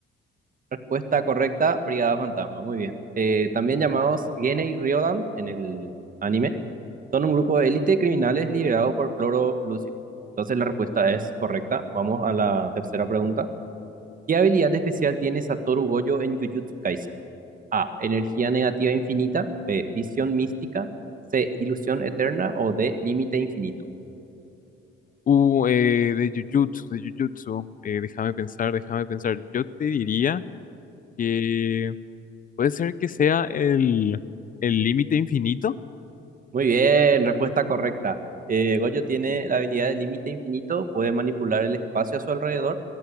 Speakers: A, on the right; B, on the left.
A: Respuesta correcta, Brigada Fantasma. Muy bien. Eh, también llamados Genei Ryodan en el anime Son un grupo de élite de criminales liderados por Cloro Lucio. Entonces la respuesta es correcta. Vamos a la tercera pregunta. ¿Qué habilidad especial tiene Satoru Gojo en Jujutsu Kaisen? A. Energía negativa infinita. B. Visión mística. C. Ilusión eterna. O D. Límite infinito.
B: Uh, eh, de Jujutsu, de Jujutsu. Eh, déjame pensar, déjame pensar. Yo te diría que puede ser que sea el el límite infinito.
A: Muy bien, respuesta correcta. Eh, Goyo tiene la habilidad de límite infinito, puede manipular el espacio a su alrededor,